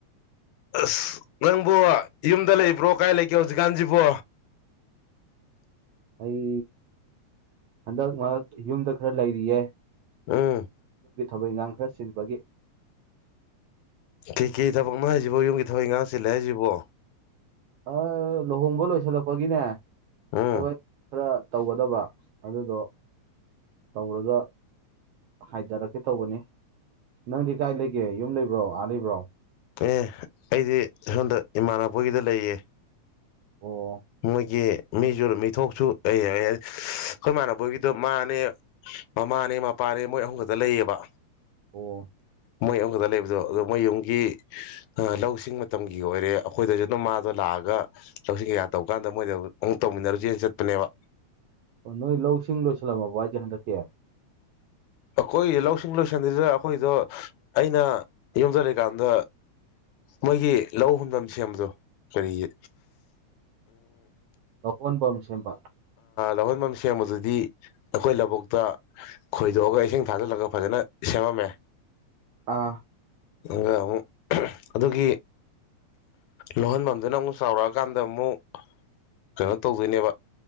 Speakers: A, on the left; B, on the right.
A: ꯑꯁ ꯅꯪꯕꯨ ꯌꯨꯝꯗ ꯂꯩꯕ꯭ꯔꯣ ꯀꯥꯏ ꯂꯩꯒꯦ ꯍꯧꯖꯤꯛꯀꯥꯟꯁꯤꯕꯣ
B: <inaudible> ꯑꯩ ꯍꯟꯗꯛ ꯃꯔꯛ ꯌꯨꯝꯗ ꯈꯔ ꯂꯩꯔꯤꯌꯦ
A: ꯎꯝ
B: ꯒꯤ ꯊꯕꯛ ꯏꯉꯥꯡ ꯈꯔ ꯆꯤꯟꯕꯒꯤ
A: ꯀꯩ ꯀꯩ ꯊꯕꯛꯅꯣ ꯍꯥꯏꯁꯤꯕꯣ ꯌꯨꯝꯒꯤ ꯊꯕꯛ ꯉꯥꯡ ꯁꯤꯜꯂꯦ ꯍꯥꯏꯁꯤꯕꯣ
B: ꯑ ꯂꯨꯍꯣꯡꯕ ꯂꯣꯏꯁꯤꯜꯂꯛꯄꯒꯤꯅꯦ
A: ꯎꯝ
B: ꯊꯕꯛ ꯈꯔ ꯇꯧꯒꯗꯕ ꯑꯗꯨꯗꯣ ꯇꯧꯔꯒ ꯍꯥꯏꯊꯔꯛꯀꯦ ꯇꯧꯕꯅꯤ ꯅꯪꯗꯤ ꯀꯥꯏ ꯂꯩꯒꯦ ꯌꯨꯝ ꯂꯩꯕ꯭ꯔꯣ ꯑꯥ ꯂꯩꯕ꯭ꯔꯣ
A: ꯑꯦ ꯑꯩꯗꯤ ꯍꯟꯗꯛ ꯏꯃꯥꯟꯅꯕꯒꯤꯗ ꯂꯩꯌꯦ
B: ꯑꯣ
A: ꯃꯣꯏꯒꯤ ꯃꯤꯁꯨ ꯃꯤꯊꯣꯛꯁꯨ ꯂꯩ ꯑꯩꯈꯣꯏ ꯏꯃꯥꯟꯅꯕꯣꯏꯒꯤꯗꯣ ꯃꯥꯅꯦ ꯃꯃꯥꯅꯦ ꯃꯄꯥ ꯌꯥꯔꯦ ꯃꯣꯏ ꯑꯍꯨꯝ ꯈꯛꯇ ꯂꯩꯌꯦꯕ
B: ꯑꯣ
A: ꯃꯣꯏ ꯑꯨꯝꯈꯛꯇ ꯂꯩꯕꯗꯣ ꯑꯗꯣ ꯃꯣꯏ ꯌꯨꯝꯒꯤ ꯂꯧꯁꯤꯡ ꯃꯇꯝꯒꯤ ꯑꯣꯏꯔꯦ ꯑꯩꯈꯣꯏꯗꯁꯨ ꯑꯗꯨꯝ ꯃꯥꯗꯣ ꯂꯥꯛꯑꯒ ꯂꯧꯁꯤꯡ ꯀꯌꯥ ꯇꯧꯀꯥꯟꯗ ꯃꯣꯏꯗ ꯑꯃꯨꯛ ꯇꯧꯃꯤꯟꯅꯔꯨꯁꯦ ꯆꯠꯄꯅꯦꯕ
B: ꯑꯣ ꯅꯣꯏ ꯂꯧꯁꯤꯡ ꯂꯣꯏꯁꯤꯜꯂꯝꯃꯕ ꯍꯥꯏꯁꯦ ꯍꯟꯗꯛꯀꯦ
A: ꯑꯩꯈꯣꯏ ꯂꯧꯁꯤꯡ ꯂꯣꯏꯁꯟꯗꯗ ꯑꯩꯈꯣꯏꯗꯣ ꯑꯩꯅ ꯌꯨꯝꯗ ꯂꯩꯀꯥꯟꯗ ꯃꯣꯏꯒꯤ ꯂꯧ ꯍꯨꯝꯐꯝ ꯁꯦꯝꯕꯗꯣ ꯀꯔꯤꯒꯤ
B: ꯂꯣꯟꯕꯝ ꯁꯦꯝꯕ
A: ꯂꯧꯍꯟꯐꯝ ꯁꯦꯝꯕꯗꯨꯗꯤ ꯑꯩꯈꯣꯏ ꯂꯧꯕꯨꯛꯇ ꯈꯣꯏꯗꯣꯛꯑꯒ ꯏꯁꯤꯡ ꯊꯥꯖꯤꯜꯂꯒ ꯐꯖꯅ ꯅ ꯁꯦꯝꯃꯃꯦ
B: ꯑꯥ
A: ꯑꯗꯨꯒ ꯑꯃꯨ ꯑꯗꯨꯒꯤ ꯂꯨꯍꯟꯐꯝꯗꯨꯅ ꯑꯃꯨꯛ ꯆꯥꯎꯔꯛꯑꯀꯥꯟꯗ ꯑꯃꯨꯛ ꯀꯩꯅꯣ ꯇꯧꯗꯣꯏꯅꯦꯕ